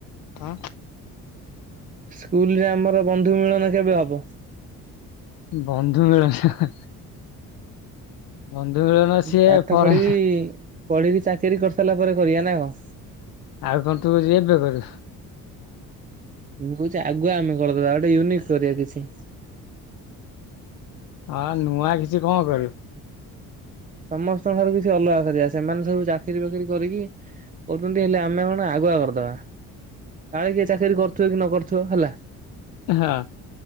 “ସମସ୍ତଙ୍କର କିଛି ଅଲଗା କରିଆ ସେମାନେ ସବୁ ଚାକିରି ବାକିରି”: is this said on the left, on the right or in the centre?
Right